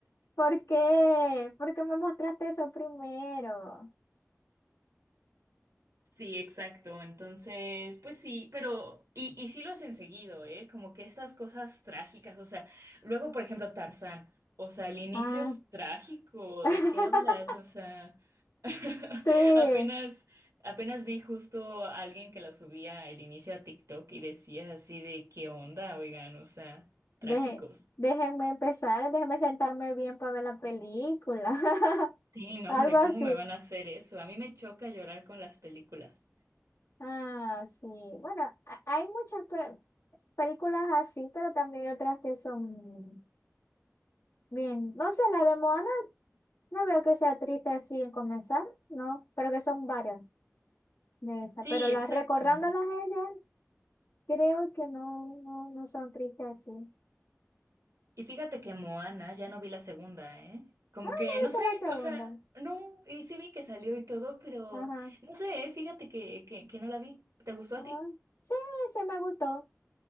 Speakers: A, on the left; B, on the right.
A: ¿por qué? ¿Por qué me mostraste eso primero?
B: <laughs> Sí, exacto. Entonces, pues sí, pero. Y, y sí lo hacen seguido, ¿eh? Como que estas cosas trágicas, o sea, luego, por ejemplo, Tarzán. O sea, el inicio
A: Ah,
B: es trágico.
A: <laughs>
B: ¿De qué hablas? O sea. <laughs>
A: sí,
B: Apenas, apenas vi justo a alguien que la subía el inicio a TikTok y decía así de qué onda, oigan, o sea, trágicos.
A: Deje- déjenme empezar, déjenme sentarme bien para ver la película, <laughs>
B: Sí, no,
A: algo
B: hombre,
A: así.
B: ¿cómo me van a hacer eso? A mí me choca llorar con las películas.
A: Ah, sí, bueno, ha- hay muchas pe- películas así, pero también hay otras que son bien, no sé, la de Moana No veo que sea triste así en comenzar, ¿no? Pero que son varias de esas.
B: Sí,
A: Pero las
B: exacto.
A: recordándolas a ellas, creo que no, no, no son tristes así.
B: Y fíjate que Moana ya no vi la segunda, ¿eh? Como
A: Ah,
B: que,
A: no
B: no
A: viste
B: sé,
A: la segunda.
B: o sea, no, y sí vi que salió y todo, pero
A: Ajá.
B: no sé, ¿eh? fíjate que, que, que no la vi. ¿Te gustó
A: Ah,
B: a ti?
A: sí, sí me gustó.